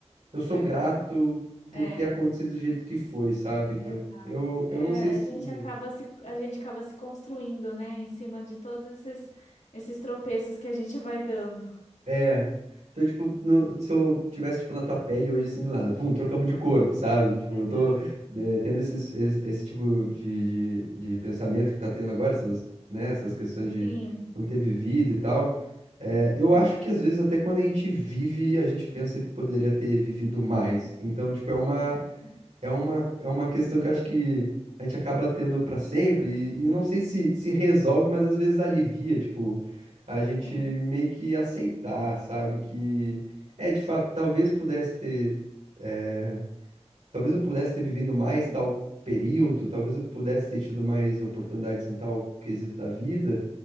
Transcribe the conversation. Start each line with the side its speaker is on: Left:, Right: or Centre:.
Right: eu sou
Left: Foi
Right: grato
Left: bom.
Right: por
Left: É,
Right: ter acontecido do jeito que foi, sabe? Então,
Left: exato.
Right: eu,
Left: É,
Right: eu não sei se.
Left: a gente acaba se, a gente acaba se construindo, né? Em cima de todos esses, esses tropeços que a gente vai dando.
Right: É. Então, tipo, no- se eu tivesse, tipo, na tua pele hoje, assim, do nada, pum, trocamos de corpo, sabe? Tipo,
Left: Aham.
Right: eu tô eh, tendo esses, esse, esse tipo de, de, de pensamento que tá tendo agora, essas, né, essas questões de
Left: Sim.
Right: não ter vivido e tal. Eh, eu acho que, às vezes, até quando a gente vive, a gente pensa que poderia ter vivido mais. Então, tipo, é uma,
Left: Ah, sim.
Right: é uma, é uma questão que eu acho que a gente acaba tendo pra sempre e, e não sei se, se resolve, mas às vezes alivia, tipo, a gente
Left: É,
Right: meio que aceitar, sabe? Que é, de fato, talvez pudesse ter, eh, talvez eu pudesse ter vivido mais tal período, talvez eu pudesse ter tido mais oportunidades em tal quesito da vida,